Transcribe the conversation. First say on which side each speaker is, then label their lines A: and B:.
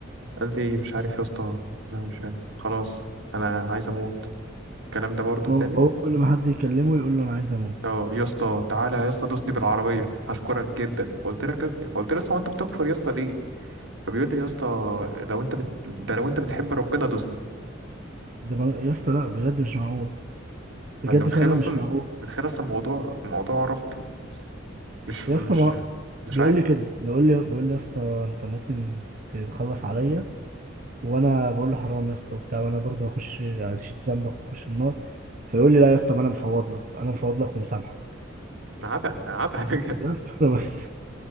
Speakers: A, on the right; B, on the right.
A: قال لي مش عارف يا اسطى انا مش عارف. خلاص انا عايز اموت الكلام ده برضه
B: هو
A: تاني
B: هو كل ما حد يكلمه يقول له انا عايز اموت
A: اه يا اسطى تعالى يا اسطى دوسني بالعربيه هشكرك جدا قلت لك قلت له يا اسطى هو انت بتكفر يا اسطى ليه فبيقول لي يا اسطى لو انت بت... ده لو انت بتحب ربنا دوسني
B: ده بقى- يا اسطى لا بجد مش معقول بجد
A: فانت متخيل
B: فعلا
A: اصلا
B: مش معقول
A: متخيل اصلا موضوع موضوع ربطه مش مش
B: يا اسطى ما
A: مش
B: بيقول
A: عارف
B: لي كده بيقول لي بيقول لي يا اسطى انت ممكن تخلص عليا وانا بقول له حرام يا اسطى وبتاع وانا برضه هخش هشيل ذنبك واخش النار فيقول
A: مم.
B: لي لا يا اسطى ما انا مفوض لك انا مفوض لك ومسامحك
A: عتا عتا <laughs> بجد
B: يا اسطى <laughs> ده مج-